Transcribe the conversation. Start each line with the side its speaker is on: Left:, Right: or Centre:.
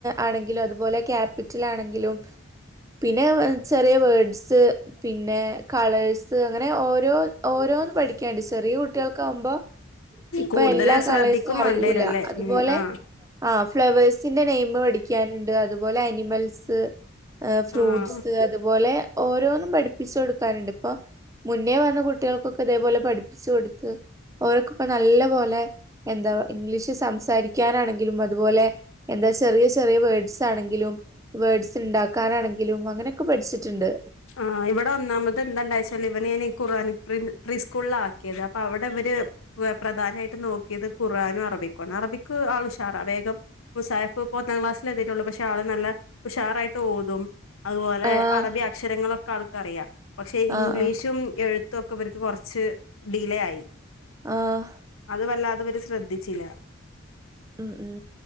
Right: ആണെങ്കിലും അതുപോലെ ക്യാപിറ്റലാണെങ്കിലും പിന്നെ ചെറിയ വേഡ്സ്, പിന്നെ കളേഴ്സ് അങ്ങനെ ഓരോ രോ ഓരോന്ന് പഠിക്കാന്ണ്ട്. ചെറിയ കുട്ടികൾക്കാവുമ്പോ ഇപ്പ
Left: കൂടുതല്
Right: എല്ലാ
Left: ശ്രദ്ധിക്കും
Right: കളേഴ്സും അറിയൂല്ല
Left: വേണ്ടിവരൂല്ലേ
Right: അത്പോലെ
Left: ഉം ആഹ്
Right: ആഹ് ഫ്ലവേഴ്സിന്റെ നെയിം പഠിക്കാന്ണ്ട്. അത്പോലെ അനിമൽസ് ഫ്രൂട്ട്സ്
Left: ആഹ്
Right: അത്പോലെ ഓരോന്നും പഠിപ്പിച്ചു കൊടുക്കാനുണ്ട്. ഇപ്പൊ മുന്നേ വന്ന കുട്ടികൾക്കൊക്കെ ഇതേപോലെ പഠിപ്പിച്ചു കൊടുത്ത്. ഓൽക്ക് ഇപ്പ നല്ല പോലെ എന്താ പ ഇംഗ്ലീഷ് സംസാരിക്കാനാണെങ്കിലും അത്പോലെ എന്താ ചെറിയ ചെറിയ വേഡ്സാണെങ്കിലും വേഡ്സ്ണ്ടാക്കാനാണെങ്കിലും അങ്ങനെയൊക്കെ പഠിച്ചിട്ട്ണ്ട്.
Left: ആഹ് ഇവിടെ ഒന്നാമത് എന്താണ്ടായെച്ചാല് ഇവന് ഞാന് ഈ ഖുറാൻ പ്രീ പ്രീ സ്കൂളിലാ ആക്കിയത്. അപ്പൊ അവിടെ ഇവര് പ്രധാനമായിട്ട് നോക്കിയത് ഖുറാനും അറബിക്കും ആണ്. അറബിക്ക് ആള് ഉഷാറാ. വേഗം മുസായിഫ് ഇപ്പൊ ഒന്നാം ക്ലാസ്സിലെത്തിയിട്ടുള്ളൂ. പക്ഷെ ആള് നല്ല ഉഷാറായിട്ട് ഓതും. അതുപോലെ
Right: ആഹ്
Left: അറബി അക്ഷരങ്ങളൊക്കെ ആൾക്കറിയാം. പക്ഷെ ഇംഗ്ലീഷും
Right: ആഹ് ആഹ്
Left: എഴു ത്തൊക്കെ ഇവർക്ക് കൊറച്ച് ഡിലേ ആയി.
Right: ആഹ്
Left: അത് വല്ലാതെ ഇവര് ശ്രദ്ധിച്ചില്ല.
Right: ഉം ഉം